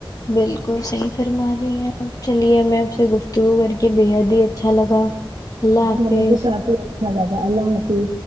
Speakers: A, on the left; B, on the right.
A: بالکل صحیح فرما رہی ہیں آپ چلیے میں آپ سے گفتگو کر کے بے حد ہی اچھا لگا اللہ حافظ
B: مجھے بھی کافی اچھا لگا اللہ حفظ